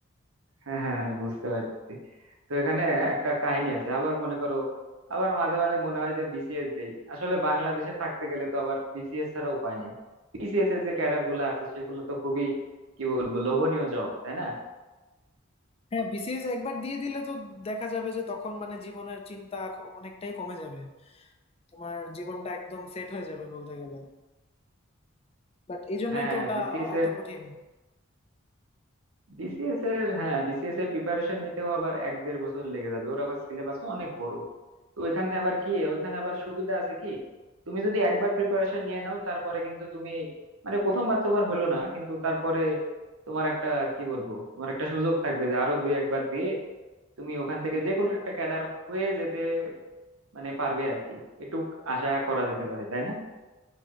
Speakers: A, on the right (about 85°); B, on the left (about 30°).
A: হ্যাঁ হ্যাঁ হ্যাঁ, বুঝতে পারছি তো এখানে একটা কাহিনী আছে আবার মনে করো আবার মাঝে মাঝে মনে হয় যে বিসিএস দেই আসলে বাংলাদেশে থাকতে গেলে তো আবার বিসিএস ছাড়া উপায় নাই বিসিএস এর যে ক্যাডার গুলো আছে সেগুলো তো খুবই কি বলবো লোভনীয় জব তাই না
B: হ্যাঁ বিসিএস একবার দিয়ে দিলে তো দেখা যাবে যে তখন মানে জীবনের চিন্তা খ- অনেকটাই কমে যাবে তোমার জীবনটা একদম সেট হয়ে যাবে বলতে গেলে বাট এই জন্যই
A: হ্যাঁ
B: তো ওটা
A: বিসিএস
B: এত কঠিন
A: বিসিএস এর হ্যাঁ বিসিএস এর প্রিপারেশন নিতেও আবার এক দেড় বছর লেগে যাবে ওর আবার সিলেবাস অনেক বড় তো ওইখানে আবার কি ওইখানে আবার সুবিধা আছে কি তুমি যদি একবার প্রিপারেশন নিয়ে নাও তারপরে কিন্তু তুমি মানে প্রথমবার তোমার হলো না কিন্তু তারপরে তোমার একটা কি বলবো তোমার একটা সুযোগ থাকবে যে আরো দুই একবার দিয়ে তুমি ওখান থেকে যে কোনো একটা ক্যাডার হয়ে যেতে মানে পারবে আর কি একটু আশা করা যেতে পারে তাই না